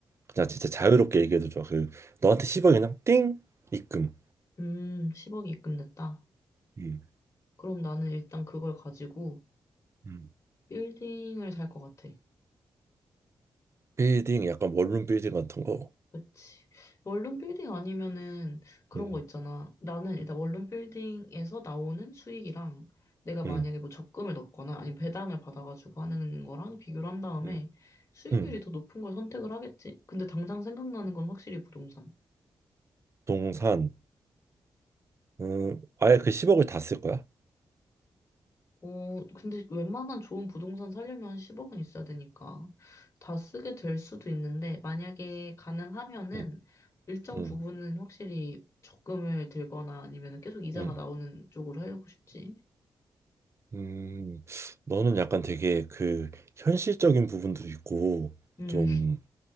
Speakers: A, on the right; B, on the left.
A: 그냥 진짜 자유롭게 얘기해도 좋아. 그 너한테 10억 그냥 띵 입금.
B: 음, 10억이 입금됐다.
A: 음,
B: 그럼 나는 일단 그걸 가지고
A: 음,
B: 빌딩을 살 것 같아.
A: 빌딩 약간 원룸 빌딩 같은 거.
B: 그치. 원룸 빌딩 아니면은 그런
A: 음.
B: 거 있잖아. 나는 일단 원룸 빌딩에서 나오는 수익이랑 내가 만약에
A: 응.
B: 뭐 적금을 넣거나 아니면 배당을 받아가지고 하는 거랑 비교를 한 다음에
A: 응.
B: 수익률이
A: 응.
B: 더 높은 걸 선택을 하겠지. 근데 당장 생각나는 건 확실히 부동산.
A: 동산. 음, 아예 그 10억을 다 쓸 거야?
B: 어, 근데 웬만한 좋은 부동산 살려면 10억은 있어야 되니까 다 쓰게 될 수도 있는데 만약에 가능하면은
A: 응.
B: 일정
A: 응.
B: 부분은 확실히 적금을 들거나 아니면 계속 이자가
A: 응.
B: 나오는 쪽으로 하려고 싶지.
A: 음. 너는 약간 되게 그 현실적인 부분도 있고
B: 음,
A: 좀